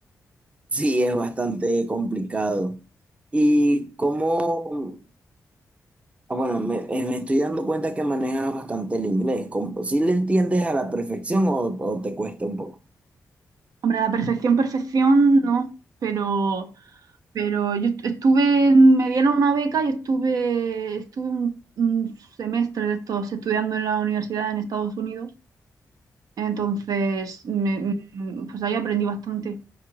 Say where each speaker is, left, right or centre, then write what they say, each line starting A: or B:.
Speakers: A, on the right; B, on the right.
A: sí es bastante complicado. ¿Y cómo? Ah, bueno, me, eh, me estoy dando cuenta que manejas bastante el inglés. ¿Cómo- ¿Sí le entiendes a la perfección o, o te cuesta un poco?
B: Hombre, a la perfección, perfección, no, pero, pero yo est- estuve, en- me dieron una beca y estuve, estuve un, un semestre de estos estudiando en la universidad en Estados Unidos Entonces, me- mm, mm, pues ahí aprendí bastante.